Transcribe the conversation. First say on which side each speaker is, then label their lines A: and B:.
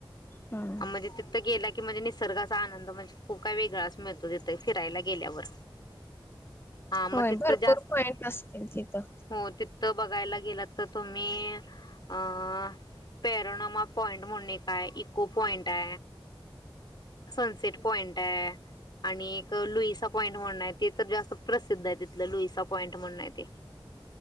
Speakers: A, on the left; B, on the left.
A: हा.
B: म्हणजे तिथं गेला की म्हणजे निसर्गाचा आनंद म्हणजे खूप काय वेगळा अस मिळतो तिथे फिरायला गेल्यावर. हा मग
A: होय
B: तिथं
A: भरपूर
B: जास्त
A: पॉइंट असतील. तिथं.
B: हो तिथं बघायला गेलं तर तुम्ही अ पॅरोनामा पॉइंट म्हणून एक आय इको पॉइंटे. सनसेेट पइंटे. आणि एक लुईसा पॉइंट म्हणूणे ते तर जास्त प्रसिद्ध आहे तिथलं लुईस पॉईंट म्हणुणे ते